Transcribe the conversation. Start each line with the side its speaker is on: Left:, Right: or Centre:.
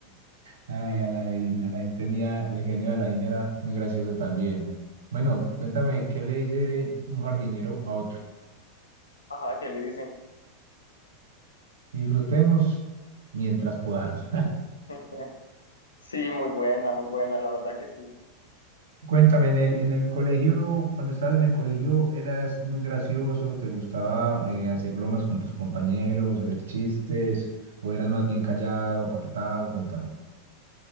Right: Ay, Alain, Alain tenía, el genio de Alain era muy gracioso también. Bueno, cuéntame, ¿qué le dice un jardinero a otro?
Left: Ajá, ¿qué le dice?
Right: Disfrutemos mientras podamos.
Left: <laughs> Sí, muy buena, muy buena, la verdad que sí.
Right: <laughs> Cuéntame, en el, en el colegio, cuando estabas en el colegio, ¿eras muy gracioso? ¿Te gustaba eh, hacer bromas con tus compañeros, hacer chistes? ¿O eras más bien callado, apartado? Cuéntame.